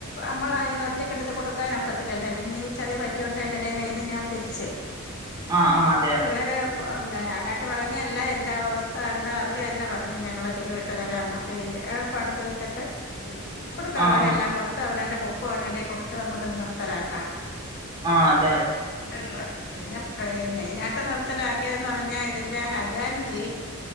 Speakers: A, on the left; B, on the right.
A: നമ്മളന്ന് ഒറ്റക്കെടുത്ത് കൊടുക്കാനൊക്കത്തില്ലേ പിന്നെ ചതി പറ്റൊണ്ട് എല്ലരെയും കഴിന്ന് ഞാൻ പിരിച്ച്
B: ആഹ് ആഹ് അതെ അതെ
A: എല്ലാരും ഞാനായിട്ട് പറഞ്ഞല്ല എൻ്റെ അവസ്ഥ കണ്ട് അവർ തന്നെ പറഞ്ഞു ഞങ്ങൾ പിറിവിട്ട് തരാം അമ്മ ഏയ് എ <unintelligible> അടു തീർത്തിട്ട് കൊടുക്കുള്ള
B: ആഹ്
A: അവരെ
B: ആഹ്
A: എല്ലാം
B: ആഹ്
A: കൊടുത്ത് അവന്റെ ബുക്കും അവന് കൊടുത്ത് നമുക്ക്ത് നിർത്തലാക്കാം
B: ആ അതെ അതെ
A: എന്ന് പറ പിന്നെേ മെയിനായിട്ട് നിർത്തലാക്കിയതെന്ന് പറഞ്ഞാൽ ഇതിന്റെ ഹജാൻ ജി